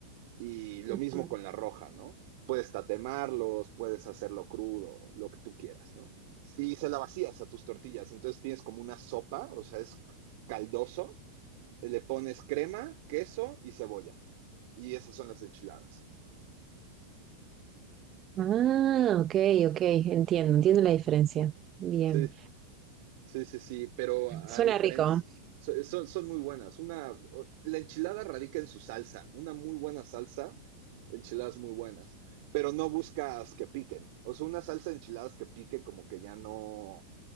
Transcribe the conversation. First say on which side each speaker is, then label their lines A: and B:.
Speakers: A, on the right; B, on the right.
A: Y lo
B: ujú.
A: mismo con la roja, ¿no? Puedes tatemarlos, puedes hacerlo crudo, lo que tú quieras, ¿no? Y se la vacías a tus tortillas, entonces tienes como una sopa, o sea, es caldoso, le pones crema, queso y cebolla. Y esas son las enchiladas.
B: Ah, ok, ok, entiendo, entiendo la diferencia. Bien.
A: Sí. Sí, sí, sí, pero a,
B: Suena
A: diferencia,
B: rico. ¿eh?
A: so- son, son muy buenas. Una, la enchilada radica en su salsa, una muy buena salsa, enchiladas muy buenas, pero no buscas que piquen. O sea, una salsa de enchiladas que pique como que ya no,